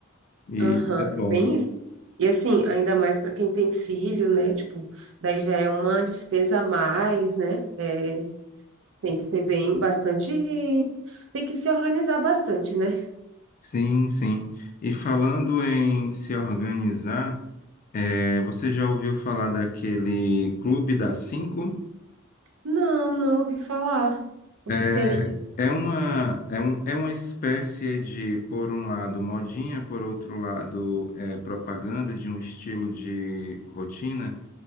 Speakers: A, on the left (about 40°); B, on the right (about 60°).
A: E
B: Aham,
A: é bom.
B: é bem isso. E assim, ainda mais para quem tem filho, né? Tipo, daí já é uma despesa a mais, né? É, tem que ter bem bastante, tem que se organizar bastante, né?
A: Sim, sim. E falando em se organizar, é, você já ouviu falar daquele Clube das Cinco?
B: Não, não ouvi falar. O
A: É,
B: que seria?
A: é uma, é um, é uma espécie de, por um lado, modinha, por outro lado, é, propaganda de um estilo de rotina